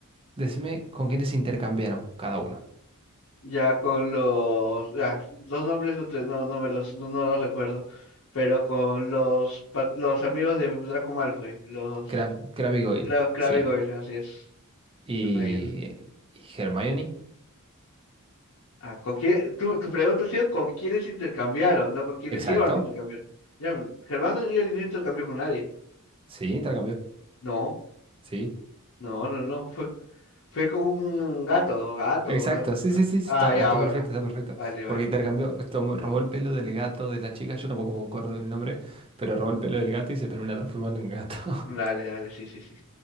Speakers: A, on the right (about 25°); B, on the left (about 60°).
A: Decime con quiénes se intercambiaron cada uno.
B: ya con los, ya, los nombres no, te- no, no me los, no, no los recuerdo, pero con los, pa- los amigos de Draco Malfoy, los
A: Crab, Crab y Goyle,
B: Cra- Crabbe
A: sí.
B: y Goyle, así es,
A: Y,
B: con ellos.
A: y Hermione,
B: Ah, ¿con quién? Tu, tu pregunta ha sido con quiénes intercambiaron, no con quiénes
A: exacto.
B: iban a intercambiar. Ya, Germán no, yo no intercambió con nadie.
A: Sí, intercambió,
B: No.
A: sí.
B: No, no, no, fue, fue con un gato, gato,
A: Exacto,
B: o algo.
A: sí, sí, sí, está,
B: Ah, ya,
A: está
B: bueno.
A: perfecto, está perfecto.
B: Vale, vale.
A: Porque intercambió, tomó- robó el pelo del gato de la chica, yo tampoco me acuerdo del nombre, pero robó el pelo del gato y se termina transformando en gato. <laughs>
B: Dale, dale, sí, sí, sí.